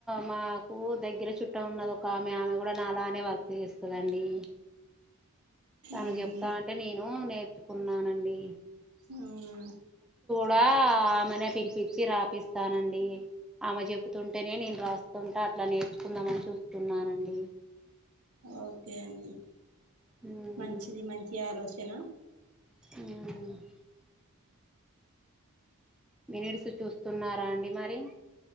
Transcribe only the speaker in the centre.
మాకు దగ్గర చుట్టం ఉన్నద ఒక ఆమె కూడా నాలానే వర్క్ చేస్తదండి తను
చెప్తా అంటే నేను నే కున్నానండి
దా ఆమెనే పిలిపచ్చి రాపిస్తానండి ఆమె చెప్ తు తుంటేనే నేను రాస్తుంటా అట్లా నేర్చుకుందామని చూస్తున్నానండి
మ్మ్
ఆ మినిట్స్ చూస్తున్నారా అండి మరి